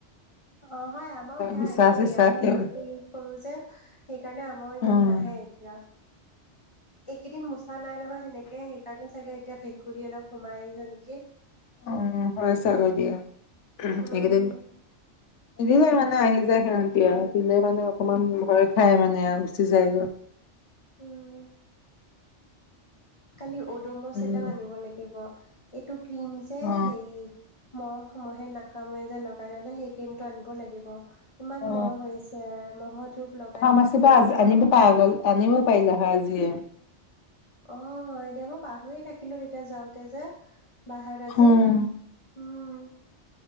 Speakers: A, on the left (about 25°); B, on the left (about 75°).
A: অ', হয় আমাৰও সেয়াই
B: বিচা
A: একেই
B: চিচা
A: আমি
B: কে
A: সেইটোকে ইউজ কৰো যে সেইকাৰণে আমাৰ ইমান
B: উম
A: নাহে এতিয়া। এইকেইদিন মুচা নাই নহয় সেনেকে সেইকাৰণে চাগে এতিয়া ভেকুলী অলপ সোমাই আহিছে নেকি!
B: অ', হয় চাগৈ দিয়া
A: উম
B: এইকেইদিন দিলে মানে আহি যায় সিহঁতি আৰু দিলে মানে অকমান ভয় খাই মানে আৰু গুচি যায়গৈ।
A: উম কালি অড'মছ
B: উম
A: এটাও আনিব লাগিব, এইটো ক্ৰীম যে
B: অ
A: হেৰি মহ মহে নাকামৰে যে লগাই ল'লে সেই ক্ৰিমটো আনিব লাগিব। কিমান
B: অ
A: মহ হৈছে, মহৰ ধূপ লগাই
B: ফাৰ্মাচীৰ
A: থাকোঁ
B: পৰা আজি
A: আকৌ
B: আনিব পৰা গ'ল আনিব পাৰিলা হয় আজিয়ে।
A: অ' হয় এতিয়া মই পাহৰিয়ে থাকিলোঁ তেতিয়া যাওঁতে যে বাহত আজি।
B: উম
A: উম